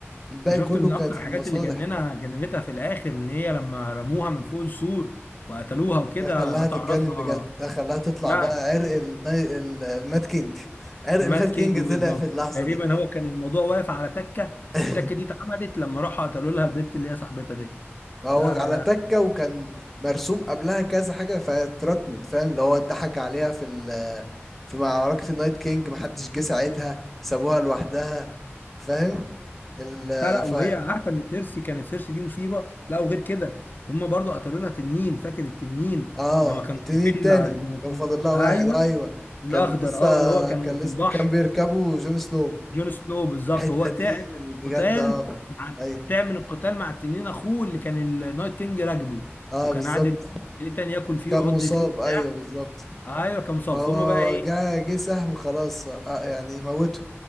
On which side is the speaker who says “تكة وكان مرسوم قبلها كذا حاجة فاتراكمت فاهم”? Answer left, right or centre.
Centre